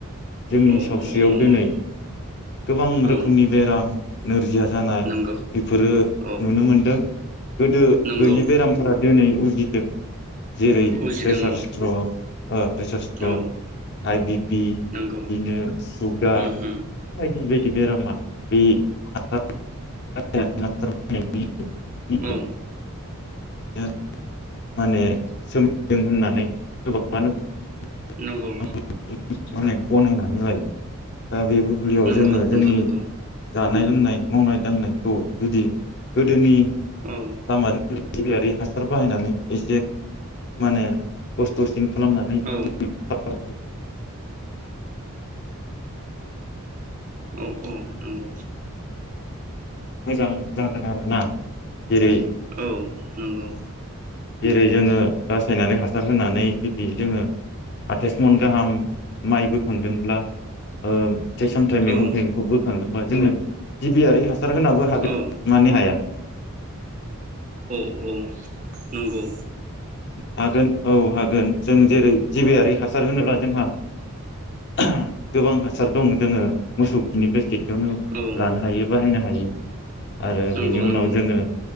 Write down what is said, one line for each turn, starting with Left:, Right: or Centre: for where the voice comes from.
Left: जोंनि
Right: औ
Left: सावस्रियाव
Right: औ नंगौ
Left: दिनै गोबां
Right: औ
Left: रोखोमनि बेराम नोरजिया जानाय
Right: नंगौ
Left: बेफोरो
Right: औ
Left: नुनो मोनदों। गोदो गैयि
Right: नंगौ
Left: बेरामफोरा दिनै उज जिदों। जेरै
Right: उजिदों
Left: प्रेसार सट्र प्रेसार स्ट्रक
Right: औ
Left: आइ बि पि
Right: नंगौ
Left: बिदिनो सुगार
Right: उम उम
Left: बायदि बायदि। बेरामा बे हा <unintelligible> <unintelligible> <unintelligible> ए
Right: औ
Left: <unintelligible> माने सोम <unintelligible> दों होननानै गोबां ङानो <unintelligible>
Right: नंगौ
Left: नाय गनायनानै लायो दा बे बुब्लियाव
Right: नंगौ
Left: जोङो
Right: नंगौ
Left: जोंनि
Right: नंगौ
Left: जान जानाय लोंनाय मावनाय दांनाय खौ जुदि गोदोनि
Right: औ
Left: लामा <unintelligible> गिबियारि हासार बाहायनानै एसे माने खस्थ'सिन खालामनानै
Right: औ
Left: <unintelligible>
Right: औ औ नंगौ
Left: मोजां। जागोन आरो ना। जेरै
Right: औ नंगौ
Left: जेरै जोङो रासायनारि हासार होनानै जुदि जोङो आथायाइस मन गाहाम माइ बोखांदोंब्ला ओ फिथाइ सामथाइ मैगं
Right: औ
Left: थाइगंखौबो <unintelligible> जोङो जिबियारि हास सार होनाबो हागो
Right: औ
Left: <unintelligible> मानि हाया
Right: औ औ नंगौ
Left: हागोन औ हागोन जों जेरै जिबियारि हासार होनोब्ला जोंहा <unintelligible> गोबां हासार दं जोङो मोसौ खिनिफ्राय <unintelligible>
Right: औ
Left: लानो हायो बाहायनो हायो आरो
Right: नंगौ
Left: बेनि उनाव
Right: नंगौ
Left: जोङो